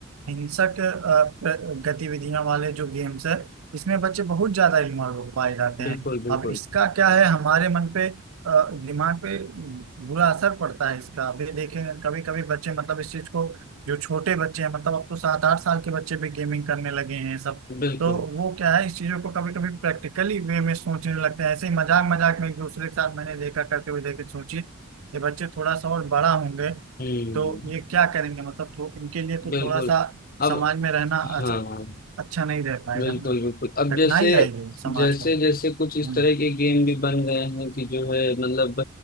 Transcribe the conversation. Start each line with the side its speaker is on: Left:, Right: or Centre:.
Right: हिंसक अ, प्र- गतिविधियां वाले जो गेम्स है इसमें बच्चे बहुत ज्यादा इन्वॉल्व हो पाए जाते हैं
Left: बिल्कुल बिल्कुल
Right: अब इसका क्या है हमारे मन पे अ, दिमाग पे बुरा असर पड़ता है इसका अभी देखेंगे कभी कभी बच्चे मतलब इस चीज को जो छोटे बच्चे हैं मतलब अब तो सात आठ साल के बच्चे भी गेमिंग करने लगे हैं सब
Left: बिल्कुल
Right: तो वो क्या है इस चीजों को कभी कभी प्रैक्टिकली वे में सोचने लगते हैं ऐसे ही मजाक मजाक में एक दूसरे के साथ मैंने देखा करते हुए देखे सोचिए ये बच्चे थोड़ा सा और बड़ा होंगे
Left: हम्म
Right: तो ये क्या करेंगे मतलब तो इनके लिए तो
Left: बिल्कुल
Right: थोड़ा सा समाज
Left: अब
Right: में रहना अच्छा,
Left: हाँ
Right: अच्छा नहीं रह पाएगा
Left: बिल्कुल
Right: ना
Left: बिल्कुल अब
Right: कठिनाई
Left: जैसे
Right: आएगी समाज
Left: जैसे
Right: को
Left: जैसे कुछ
Right: हम्म,
Left: इस तरह के गेम भी बन गए हैं कि जो है मतलब